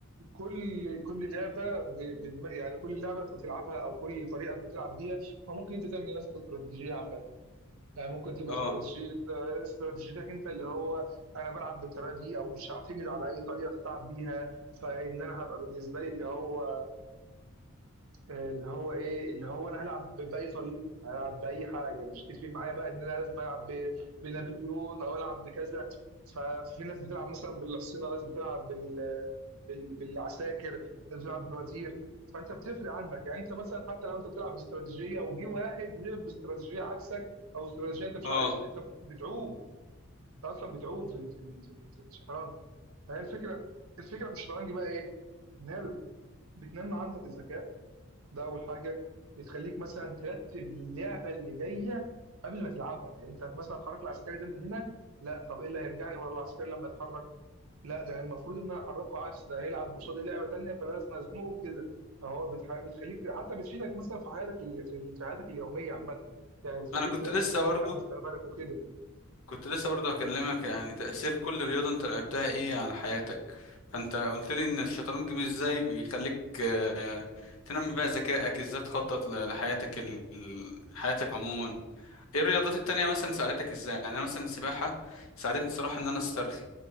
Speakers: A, on the right (about 85°); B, on the left (about 75°).
A: كل كل لعبه ب... بدم... يعني كل لعبه انت بتلعبها او كل طريقه انت بتلعب بيها ما ممكن انت تعمل نفس الاستراتيجيه عامه يعني ممكن تبقى
B: اه
A: استراتيجية استراتيجيتك انت اللي هو انا بلعب بالطريقه دي او مش هعتمد على اي طريقه تلعب بيها فان انا هبقى بالنسبه لي اللي هو اللي هو ايه اللي هو انا هلعب باي طريقه هلعب باي حاجه مش تفرق معايا بقى ان انا لازم العب ب- بنابليون او العب بكذا ف- ففي ناس بتلعب مثلا بالحصينه ناس بتلعب بال... بال... بالعساكر ناس بتلعب بالوزير فانت بتفرق عنك يعني انت مثلا حتى لو انت بتلعب باستراتيجيه وجي واحد لعب باستراتيجيه عكسك او استراتيجيه انت مش
B: اه
A: عارفها انت بت- بتعوم انت اصلا بتعوم في ال- في ال- في ال- في الشطرنج فهي الفكره الفكره في الشطرنج بقى ايه؟ ان هي بتنمي عندك الذكاء ده اول حاجه بتخليك مثلا ترتب للعبه اللي جايه قبل ما تلعبها يعني انت مثلا هتحرك العسكري ده من هنا لا طب ايه اللي هيرجعني ورا العسكري لما يتحرك لا ده المفروض ان انا احركه عكس ده هيلعب قصادي لعبه تانيه فلازم ازنقه كده فهو بتح... بتخليك حتى بتفيدك مثلا في حياتك ال- في ال- في حياتك اليوميه عامه يعني بتخليك
B: انا كنت
A: ترتب
B: لسه
A: صح
B: برضو
A: مستقبلك وكده
B: كنت لسه برضه هكلمك يعني تأثير كل رياضة انت لعبتها ايه على حياتك فانت قلت لي ان الشطرنج بي- ازاي بيخليك آه، تنمي بقى ذكائك ازاي تخطط ل- لحياتك ال... ال- حياتك عموما ايه الرياضات التانية مثلا ساعدتك ازاي يعني انا مثلا السباحة ساعدتني الصراحة ان انا استرخي